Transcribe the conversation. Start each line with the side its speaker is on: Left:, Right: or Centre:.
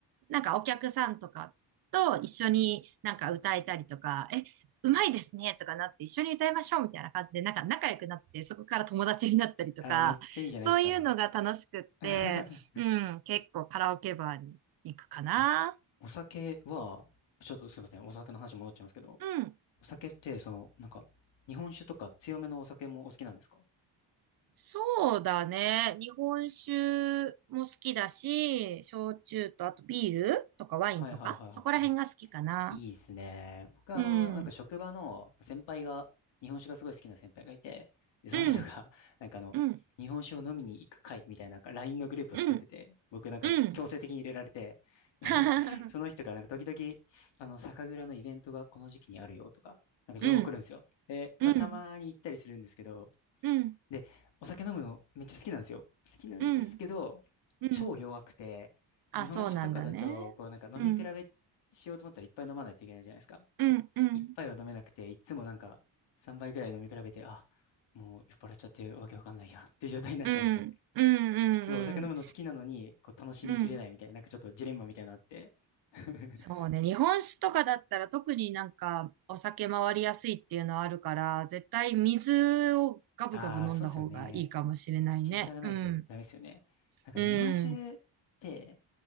Right: なんかお客さんとかと一緒になんか歌えたりとか、え、うまいですねとかなって一緒に歌いましょうみたいな感じでなんか仲良くなってそこから友達になったりとか、
Left: あー、めっちゃいいじゃないですか。
Right: そういうのが楽しくって、
Left: <laughs>
Right: うん、結構カラオケバーに行くかな。
Left: え、お酒は、ちょっとすいません、お酒の話戻っちゃいますけど、
Right: うん。
Left: お酒って、その、なんか、日本酒とか強めのお酒もお好きなんですか
Right: そうだね。日本酒も好きだし、焼酎とあとビールとかワインとか、
Left: はいはいはいはい。
Right: そこら辺が好きかな。
Left: いいっすね。僕はあの、
Right: うん。
Left: なんか職場の先輩が、日本酒がすごい好きな先輩がいて、で、その人が、
Right: うん。
Left: <laughs> なんかあの、
Right: うん。
Left: 日本酒を飲みに行く会みたいな、なんか LINE のグループを作ってて、
Right: うん。
Left: 僕なんか強制的に入れられて、
Right: うん。
Left: <laughs> で、
Right: <laughs>
Left: その人からなんか時々、あの、酒蔵のイベントがこの時期にあるよとか、なんか情報来るんですよ。
Right: うん。
Left: で、
Right: うん、
Left: まあ、たまに行ったりするんですけど、
Right: うん、
Left: で、お酒飲むのめっちゃ好きなんですよ。好きなんですけど、
Right: うん、うん。
Left: 超弱くて、
Right: あ、
Left: 日本酒とかだと、
Right: そうなんだね。
Left: こうなんか飲み比べしようと思ったらいっぱい飲まないといけないじゃないですか。
Right: うん、うん、うん、
Left: 一杯は飲めなくて、いっつもなんか3杯ぐらい飲み比べて、あ、もう酔っ払っちゃってわけわかんないやっていう状態になっちゃうんですよ。
Right: うん、うん、うん、
Left: すごいお酒飲むの好きなのに、
Right: うん。
Left: こう楽しみきれないみたいな、
Right: うん
Left: なんかちょっとジレンマみたいなのあって。<laughs>
Right: そうね。日本酒とかだったら特になんかお酒回りやすいっていうのはあるから、絶対水をガブガブ飲んだ方がいいかもしれないね。
Left: ああ、そうっすよね。チェイサーがないとダメですよね。
Right: うん、
Left: なんか日本酒って、
Right: うん。